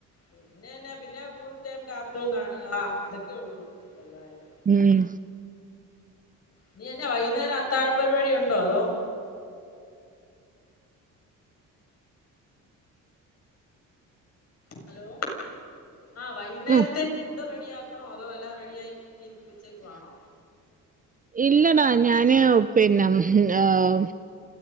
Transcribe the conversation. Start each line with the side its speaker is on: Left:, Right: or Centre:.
Left: പിന്നെന്ന പിന്നെ ഫുൾ ടൈം കാർട്ടൂൺ കാണുക ഇതൊക്കെ ഒള്ളു പരിപാടികൾ.
Right: ഉം
Left: ഇനിയെന്ന വൈകുന്നേരത്താഴ പരിപാടി ഉണ്ടോ? അതോ ഹലോ ആഹ് വൈകുന്നേരത്തേക്ക്
Right: ഉം
Left: ഫുഡ് റെഡി ആക്കണോ അതോ എല്ലാ റെഡിയായി ക്കിരിക് ഉച്ചക്ക് വാണോ?
Right: ഇല്ലടാ ഞാന് പിന്നെ ഹേം